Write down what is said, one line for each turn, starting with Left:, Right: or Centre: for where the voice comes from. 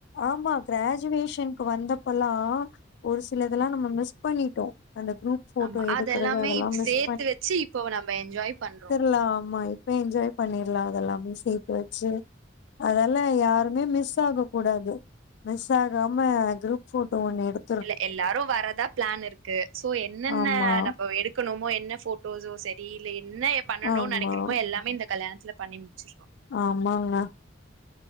Left: ஆமா கிரேஜுவேஷன் க்கு வந்தப்பல்லா ஒரு சிலதல்லா நம்ம மிஸ் பண்ணிட்டோ அந்த குரூப் போட்டோ
Right: ஆமா
Left: எடுக்கறது
Right: அது எல்லாமே
Left: அதெல்லா
Right: இப்
Left: மிஸ்
Right: சேத்து வெச்சி இப்போவ நம்ப என்ஜாய் பண்றோ.
Left: ல்ல ஆமா இப்ப என்ஜாய் பண்ணிட்லா அதெல்லாமே சேத்து வெச்சு. அதெல்லா யாருமே மிஸ் ஆக கூடாது மிஸ் ஆகாம குரூப் ஃபோட்டோ ஒன்னு எடு
Right: இல்ல எல்லாரு வரதா பிளான் இருக்கு சோ என்னென்ன
Left: ஆமா
Right: நம்பவ் எடு க்குணுமோ என்ன ஃபோட்டோஸோ செரி இல்ல என்ன எ பண்ணனுன்
Left: ஆமா
Right: நெனைக்கிறோமோ எல்லாமே இந்த கல்யாணத்துல பண்ணிம் சிர்றோ.
Left: ஆம்மாங்க